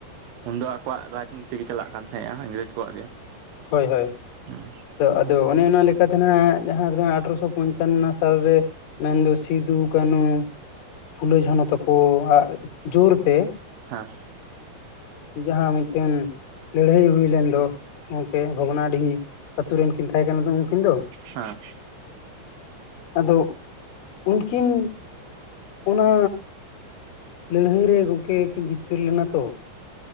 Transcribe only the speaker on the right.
ᱩᱱᱫᱚ ᱟᱠᱚᱣᱟᱜ ᱨᱟᱡᱽᱱᱤᱛᱤ ᱜᱮ ᱪᱟᱞᱟᱜ ᱠᱟᱱ ᱛᱟᱦᱮᱸᱜᱼᱟ ᱤᱝᱨᱮᱡᱽ ᱠᱚᱣᱟᱜ ᱜᱮ
ᱦᱩᱸ
ᱦᱮᱸ
ᱦᱮᱸ